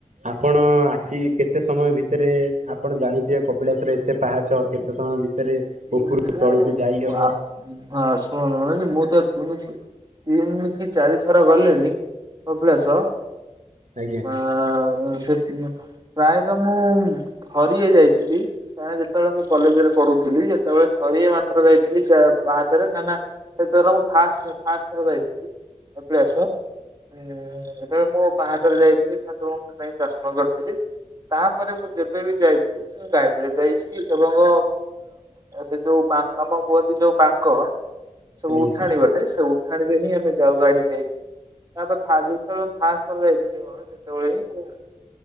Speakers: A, on the right; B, on the right.
A: ଆପଣ ଆସି କେତେ ସମୟ ଭିତରେ ଆପଣ ଜାଣିଥିବେ କପିଳାଶରେ କେତେ ପାହାଚ କେତେ ସମୟ ଭିତରେ
B: ମୁଁ
A: ଉପରୁ ତଳକୁ ଯାଇହବ
B: ଆ ହଁ ଶୁଣନ୍ତ ମାନେ ମୁଁ ତ ତିନ ତିନି ଏମତି ଚାରିଥର ଗଲେଣି କପିଳାସ
A: ଆଜ୍ଞା।
B: ଆ ସେ ପ୍ରାୟତଃ ମୁଁ ଥରିଏ ଯାଇଥିଲି କାଁ ଯେତେବେଳେ ମୁଁ କଲେଜ ରେ ପଢୁଥିଲି ସେତେବେଳେ ଥରି ଯାଇଥିଲି ହହାଚରେ କାହିଁକିନା ସେଥିାର ମୁଁ ଫାଷ୍ଟ ଫାଷ୍ଟ ଥର ଯାଇଥିଲି। କପିଳାସ ଉଁ ସେତେବେଳେ ମୁଁ ପାହାଚରେ ଯାଇଥିଲି ଠାକୁରଙ୍କୁ ପାଇଁ ଦର୍ଶନ କରିଥିଲି। ତାପରେ ମୁଁ ଯେବେ ବି ଯାଇଛି ମୁଁ ଗାଡିରେ ଯାଇଛି ଏବଂ ସେ ଯୋଉ ପା ଆମ ବୁହଦ ଯୋଉ ବାଙ୍କ ସବୁ
A: ଆଜ୍ଞା
B: ଉଠାଣିବଟ ସେ ଉଠାଣିରେ ହିଁ ଆମେ ଯାଉ ଗାଡି ନେଇକି ତାପରେ ଯେତେବେଳେ ମୁଁ ଫାଷ୍ଟ ଯାଇଥିଲି ସେତେବେଳେ ହିଁଁ